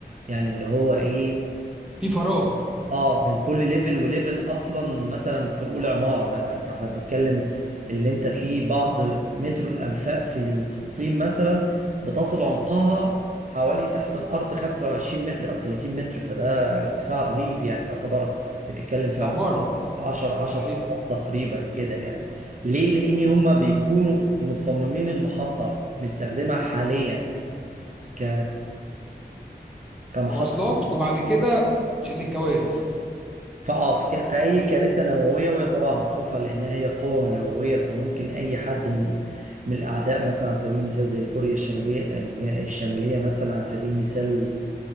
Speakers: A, on the right; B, in the centre.
A: يعني اللي هو إيه
B: في فراغ
A: اه من كل ليفل وليفل اصلا مثلا تقول عماره مثلا فاحنا بنتكلم اللي انت فيه بعض متر الانفاق في ال- في الصين مثلا بتصل عمقها حوالي تحت الارض 25 متر او 30 متر فده ارتفاع رهيب يعني يعتبر بتتكلم في
B: ده
A: عماره
B: عماره
A: 10 10
B: صحيح
A: طوبات تقريبا كده يعني ليه لان هما بيكونوا مصممين المحطه بنستخدمها حاليا ك كمحطه
B: مواصلات وبعد كده شيء للكوارث
A: فاه في ك- في اي كارثه نوويه وهي طبعا خوفها لانها هي قوه نوويه فممكن اي حد من من الاعداء مثلا على سبيل المثال زي كوريا الشنوبيه الج- الشماليه مثلا على سبيل المثال